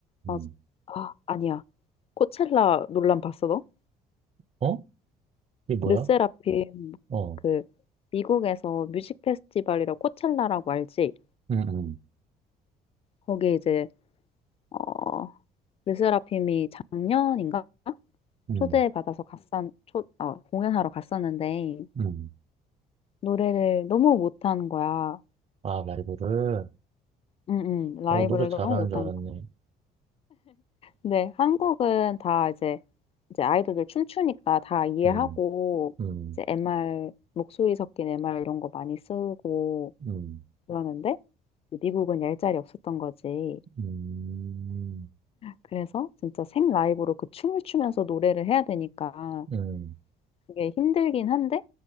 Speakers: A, on the left; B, on the right.
A: 아,
B: 음.
A: 아, 아니야. 코첼라 논란 봤어, 너?
B: 어? 이게 뭐야?
A: 르세라핌,
B: 어.
A: 그, 미국에서 뮤직 페스티벌이라고 코첼라라고 알지?
B: 음, 음,
A: 거기 이제, 어, 르세라핌이 작년인가?
B: 음,
A: 초대받아서 갔었, 초, 어, 공연하러 갔었는데,
B: 음.
A: 노래를 너무 못하는 거야.
B: 아, 라이브를.
A: 응, 응, 라이브를
B: 어, 노래 잘하는
A: 너무 못한
B: 줄 알았네.
A: 거야. 근데 한국은 다 이제, 이제 아이돌들 춤추니까 다 이해하고,
B: 음, 음,
A: 이제 MR, 목소리 섞인 MR 이런 거 많이 쓰고
B: 음,
A: 그러는데, 미국은 얄짤이 없었던 거지.
B: 음,
A: 그래서 진짜 생 라이브로 그 춤을 추면서 노래를 해야 되니까
B: 음,
A: 그게 힘들긴 한데,